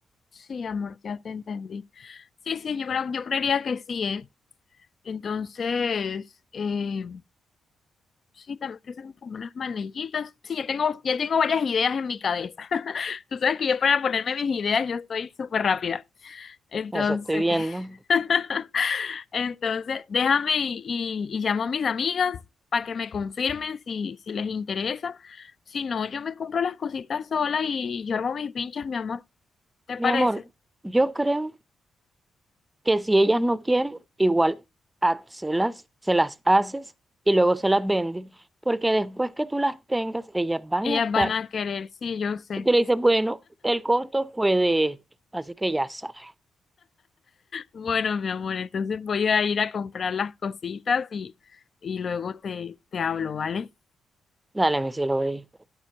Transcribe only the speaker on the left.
Sí, amor, ya te entendí. Sí, sí, yo creo, yo creería que sí, ¿eh? Entonces, eh, sí, también que hacer como unas manillitas. Sí, ya tengo, ya tengo varias ideas en mi cabeza. <laughs> Tú sabes que yo para ponerme mis ideas yo estoy súper rápida. Entonces...
<laughs> Entonces, déjame y, y- y llamo a mis amigas para que me confirmen si, si les interesa. Si no, yo me compro las cositas sola y yo armo mis pinchas, mi amor. ¿Te
parece?
Ellas
van a querer, sí, yo sé.
Bueno, mi amor, entonces voy a ir a comprar las cositas y, y luego te, te hablo, ¿vale?